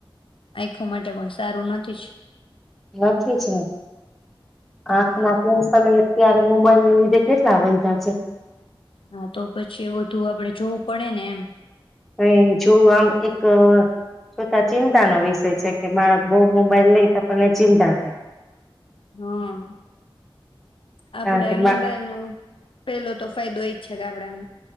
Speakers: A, on the left; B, in the centre.
A: આંયખો માટે પણ સારું નથી જ.
B: રાખે છે. આંખના
A: હા એજ
B: પન્સ
A: ને
B: લ અત્યારે મોબાઈલ લીધે કેટલા વયધા છે.
A: હા તો પછી એ બધું આપડે જોવું પડે ને એમ.
B: અ જોવું આમ એક, જોતા ચિંતાનો વિષય છે કે બાળક બોવ મોબાઈલ લઈ તો આપણને ચિંતા થાય.
A: હમ, આપડે
B: કારણ કે
A: મોબાઈલ નો પેલો તો ફાયદો એજ છે કે આપડે એમ.